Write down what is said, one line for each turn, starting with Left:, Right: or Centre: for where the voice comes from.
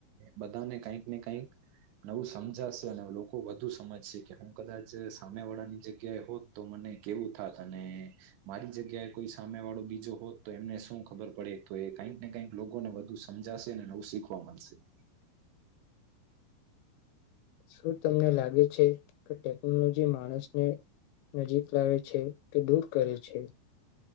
Right: બધાને કઈક ને કઈક નવું સમજાશે અને લોકો વધુ સમજશે કે હું કદાચ સામે વાળાની જગ્યાએ હોત તો મને કેવું થાત અને મારી જગ્યાએ કોઈ સામે વાળો બીજો હોત તો એમને શું ખબર પડે તો એ કઈક ને કઈક લોકોને વધુ સમજાશે ને નવું શીખવા મળશે.
Left: શું તમને લાગે છે કે ટેકનોલોજી માણસને નજીક લાવે છે કે દૂર કરે છે?